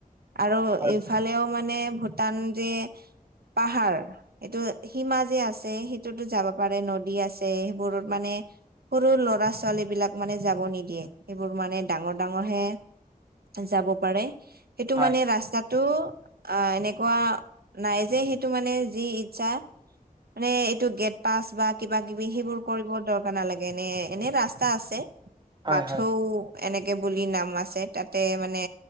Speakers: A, on the right; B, on the right.
A: আৰু
B: হয়
A: এই ইফালেও মানে ভূটান যে পাহাৰ এইটো সীমা যে আছে সেইটোতো যাব পাৰে। নদী আছে সেইবোৰত মানে। সৰু ল'ৰা ছোৱালীবিলাক মানে যাব নিদিয়ে। এইবোৰ মানে ডাঙৰ ডাঙৰ হে যাব পাৰে সেইটো
B: হয়
A: মানে ৰাস্তাটো আহ এনেকুৱা নাই যে সেইটো মানে যি ইচ্ছা মানে এইটো গেট পাছ বা কিবা-কিবি সেইবোৰ কৰিব দৰকাৰ নালাগে। এনে এনে ৰাস্তা আছে
B: হয়
A: বাথো
B: হয় হয়
A: এনেকে বুলি নাম আছে তাতে মানে